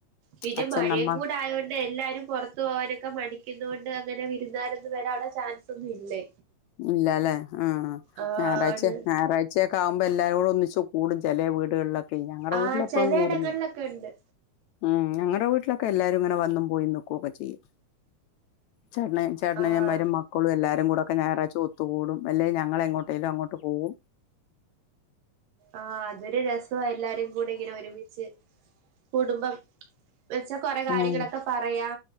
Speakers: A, on the right; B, on the left.
A: പിന്നെ
B: അച്ഛൻ
A: മഴയും
B: അമ്മ
A: കൂട ആയതുകൊണ്ട് എല്ലാരും പുറത്ത് പോവാനൊക്കെ മടിക്കുന്നൊണ്ട് അങ്ങനെ വിരുന്നാരൊന്നും വരാനുള്ള ചാൻസ ഒന്നും ഇല്ലേ
B: ഇല്ലല്ലെ ആഹ്
A: ആണ്
B: ഞായറാഴ്ച്ച ഞായറാഴ് ച്ചയൊക്കെ ആകുമ്പോ എല്ലാരും കൂടെ ഒന്നിച്ചച്ച് കൂടും ചില വീടുകളിലൊക്കെ ഞങ്ങളടെ
A: ആഹ്
B: വീട്ടില് എപ്പോഴും
A: ചെലയിടങ്ങളിലൊക്കെ
B: കൂടുന്നത്
A: ഉണ്ട്
B: ഉം ഞങ്ങളടെ വീട്ടിലൊക്കെ എല്ലാരും ഇങ്ങനെ വന്നും പോയി നിക്കുവൊക്കെ ചെയ്യും ചേട്ടന ചേട്ടനനനിയന്മാരും
A: ആഹ്
B: മക്കളും എല്ലാരും കൂടെ ഒക്ക ഞായറാഴ്ച്ച ഒത്തുകൂടും അല്ലേ ഞങ്ങളെങ്ങട്ടേലും അങ്ങോട്ട് പോകും
A: ആഹ് അതൊരു രസ് എല്ലാരും കൂടി ഇങ്ങനെ ഒരുമിച്ച് കുടുംബം വെച്ച കൊറെ കാര്യങ്ങളൊക്കെ
B: ഉം
A: പറയാ